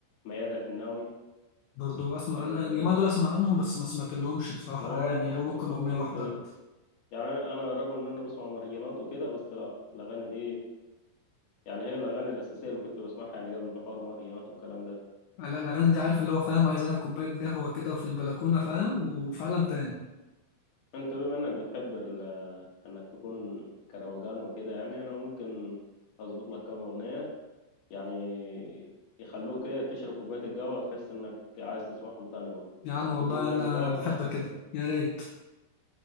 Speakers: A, on the left; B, on the left.
A: ميادة الحناوي
B: برضو اسمع
A: آه،
B: انا الجماعة دول اسمع عنهم بس ما سمعت لهمش بصراحة
A: ما هو
B: اغاني
A: انت ممكن
B: او ممكن
A: ممكن
B: اغنية واحدة
A: ت... يعني انا رغم ان انا بسمع مهرجانات وكده بس لا الاغاني دي يعني هي الأغاني الأساسية اللي كنت بسمعها يعني قبل حوار مهرجانات والكلام ده
B: لا، الاغاني دي عارف اللي هو فاهم عايز لها كوباية قهوة كده وفي البلكونة فاهم وفي عالم تاني
A: أنت بما إنك بتحب ال- إنك تكون كروجان وكده يعني أنا ممكن أظبط لك كام أغنية يعني يخلوك إيه تشرب كوباية القهوة تحس إنك عايز تسمعهم تاني برضه
B: يا عم
A: يعني
B: والله
A: تقوم تعمل
B: انا
A: قهوة
B: بحبك
A: تسمعهم
B: كده
A: تاني
B: يا ريت